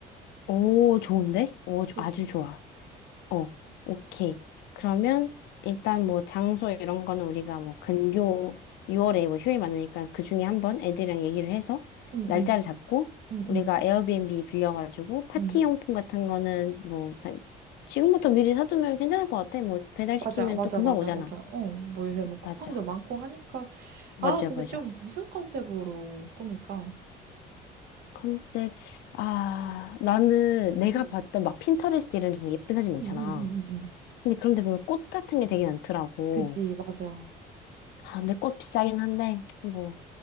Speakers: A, on the left; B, on the right.
A: 오, 좋은데? 오,
B: 그렇지.
A: 아주 좋아. 어, 오케이. 그러면 일단 뭐 장소 이런 거는 우리가 뭐 근교 6월에 뭐 휴일 많으니까 그 중에 한번 애들이랑 얘기를 해서
B: 응응
A: 날짜를
B: 응응
A: 잡고
B: 응
A: 우리가
B: 응,
A: 에어비앤비 빌려가지고 파티
B: 응.
A: 용품 같은 거는 뭐 자- 지금부터 미리 사두면 괜찮을 것 같아. 뭐 배달시키면
B: 맞아 맞아
A: 또 금방
B: 맞아
A: 오잖아.
B: 맞아 어뭐 요새 뭐 쿠팡도
A: 맞아.
B: 많고 하니까
A: 맞아,
B: 아 근데
A: 맞아.
B: 좀 무슨 컨셉으로 꾸밀까
A: 컨셉. 아, 나는 내가
B: 응응응응응
A: 봤던 막 핀터레스트 이런 데 보면 예쁜 사진 많잖아.
B: 응 응응응응응.
A: 근데 그런데 보면 꽃 같은 게 되게 많더라고.
B: 그지 맞아
A: 아, 근데 꽃 비싸긴 한데, 뭐,